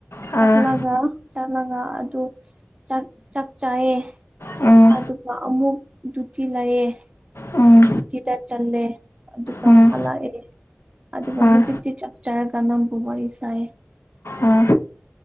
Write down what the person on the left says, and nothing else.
ꯑꯥ
ꯎꯝ
ꯎꯝ
ꯎꯝ
ꯑꯥ
ꯑꯥ